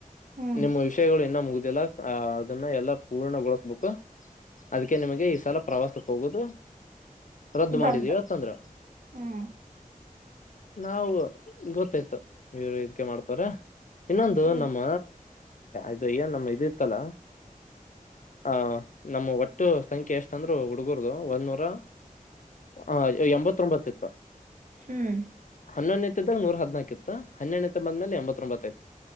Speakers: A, on the right; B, on the left.
A: ಹ್ಮ್
B: ನಿಮ್ಮ ವಿಷಯಗಳು ಇನ್ನ ಮುಗ್ ದೆಲ್ಲ ಅದನ್ನ ಎಲ್ಲ ಪೂರ್ಣಗೊಳಿಸ್ ಬುಕ್ ಅದಕ್ಕೆ ನಿಮಗೆ ಈ ಸಲ ಪ್ರವಾಸಕ್ಕೆ ಹೋಗುದು ರದ್ದು ಮಾಡಿದೀವಿವಂತಂದ್ರ
A: ಬಂದ್ ಹ್ಮ್
B: ನಾವು ಗೊತ್ತಾಯ್ತು ನೀವರು ಇದ್ಕ ಮಾಡ್ತಾರ ಇನ್ನೊಂದು
A: ಹ್ಮ್
B: ನಮ್ಮ ಇದಯ್ಯ ನಮ್ಮ ಇದಿತ್ತಲ್ಲ ಆ ನಮ್ಮ ಒಟ್ಟು ಸಂಖ್ಯೆ ಎಷ್ಟಂದ್ರರು ಹುಡುಗರದು ಒಂದ ನೂರ ಆ ಎಂಬತ್ತೊಂಬತ್ತ ಇತ್ತು
A: ಹ್ಮ್
B: ಹನ್ನೊಂದನತ್ತ್ದ್ರ್ ನೂರ ಹದಿನಾಕಿತ್ತ ಹನ್ನೆನ ಬಂದ್ಮೇಲೆ ಎಂಬತ್ತೊಂಬ್ರತ್